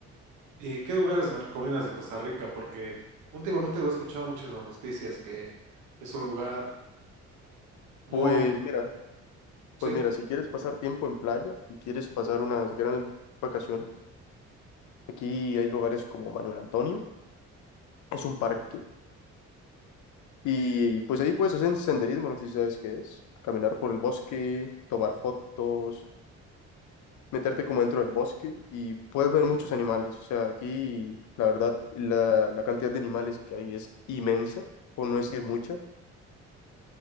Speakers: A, on the right; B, on the left.
A: ¿Y qué lugares me recomiendas de Costa Rica? Porque últimamente lo he escuchado mucho en las noticias que es un lugar muy,
B: Pues mira,
A: sí,
B: pues mira, si quieres pasar tiempo en playa y quieres pasar unas grandes vacaciones, aquí hay lugares como Manuel Antonio, es un parque y pues ahí puedes hacer senderismo, no sé si sabes qué es, caminar por el bosque, tomar fotos meterte como dentro del bosque y puedes ver muchos animales. O sea, aquí la verdad la, la cantidad de animales que hay es inmensa, por no decir mucha.